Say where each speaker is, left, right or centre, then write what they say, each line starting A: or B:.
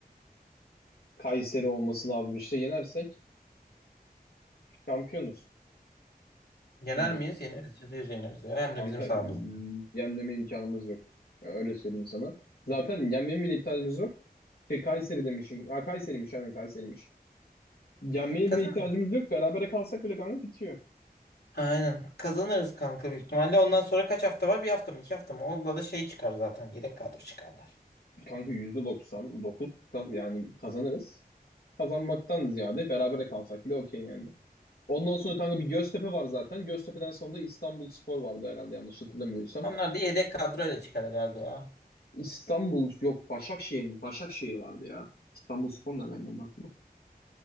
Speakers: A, on the left; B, on the left.
A: Kayseri olması lazım. İşte yenersek şampiyonuz.
B: Yener
A: Dümdüz.
B: miyiz? Yeneriz. Yüzde yüz yeneriz ya. Hem
A: Kanka
B: de bizim sahamızda.
A: yenmeme imkanımız yok. Ya öyle söyleyeyim sana. Zaten yenmeye bile ihtiyacımız yok. Şey Kayseri demişim. Ha Kayseri'miş aynen Kayseri'miş. Yenmeye
B: Kazan.
A: bile ihtiyacımız yok. Berabere kalsak bile kanka bitiyor.
B: Aynen. Kazanırız kanka büyük ihtimalle. Ondan sonra kaç hafta var? Bir hafta mı? iki hafta mı? Onda da şey çıkar zaten. Yedek kadro çıkarlar.
A: Kanka %99 kaz- yani kazanırız. Kazanmaktan ziyade berabere kalsak bile okey yani. Ondan sonra kanka bir Göztepe var zaten. Göztepe'den sonra da İstanbulspor vardı herhalde yanlış hatırlamıyorsam.
B: Onlar da yedek kadroyla çıkar herhalde ya.
A: İstanbul yok Başakşehir mi? Başakşehir vardı ya. İstanbulspor nereden geldi aklıma?